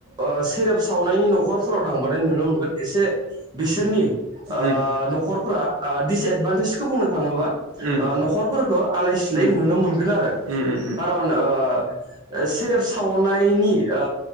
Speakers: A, on the right (about 20°); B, on the right (about 80°).
A: ओ सेरेब सावनायनि न'खरफोराव थांबाथाय नुनो मोनगोन एसे बिसोरनि ओ
B: उम
A: न'खरफ्रा ओ डिसएदभान्टेजखो बुंनो थाङोबा
B: उम
A: ओ न'खरफोरखो आलाय सिलाय
B: उम
A: नुनो मोगोन आरो
B: उम उम
A: कारन ओ सेरेब सावनायनि ओ